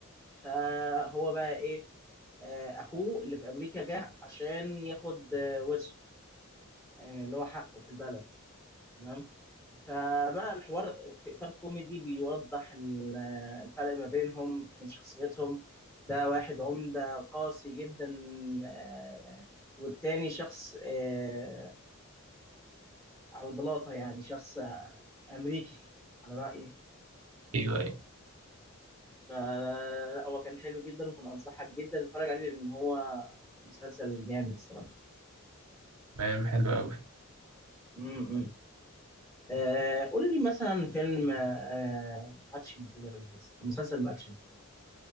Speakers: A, in the centre; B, on the right (about 80°).
A: فهو بقى إيه آه، اخوه اللي في امريكا جه عشان ياخد آه، ورثه آه، يعني اللي هو حقه في البلد تمام فبقى الحوار في اطار كوميدي بيوضح ال- آه، الفرق ما بينهم من شخصيتهم ده واحد عمدة قاسي جدا آه، والتاني شخص آه، على البلاطة يعني شخص آه، أمريكي <laughs> على رأيي
B: ايوه ايوه
A: فلا هو كان حلو جدا فأنا أنصحك جدا تتفرج عليه لأن هو مسلسل جامد صراحة
B: تمام حلو قوي
A: م- م. آه قول لي مثلا فيلم آه اكشن كده بس- مسلسل اكشن كده